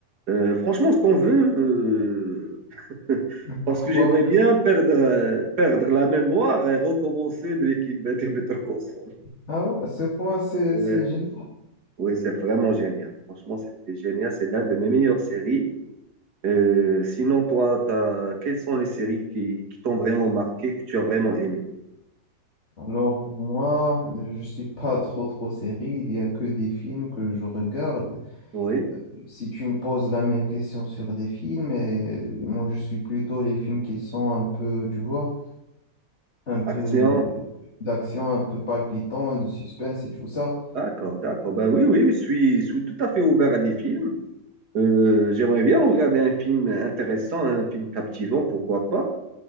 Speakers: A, on the right; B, on the left.
A: Euh, franchement, je t'en veux, euh, <laughs>
B: Mais
A: parce
B: Pourquoi?
A: que j'aimerais bien perdre, euh, perdre la mémoire et recommencer Breaking Bad et Better Call Saul.
B: Ah ouais, à ce point, c'est
A: Ouais,
B: c'est génial.
A: ouais, c'est vraiment génial. Franchement, c'était génial. C'est l'un de mes meilleures séries. Euh, sinon, toi, t'as... quelles sont les séries qui, qui t'ont vraiment marqué, que tu as vraiment aimé?
B: Alors pour moi, je suis pas trop trop série, il y a que des films que je regarde.
A: Oui,
B: Si tu me poses la même question sur des films, et moi je suis plutôt les films qui sont un peu, tu vois, un peu
A: action.
B: d'action, un peu palpitant, de suspense et tout ça.
A: D'accord, d'accord. Ben oui, oui, oui, je suis, je suis tout à fait ouvert à des films. Euh, j'aimerais bien regarder un film intéressant, un film captivant, pourquoi pas.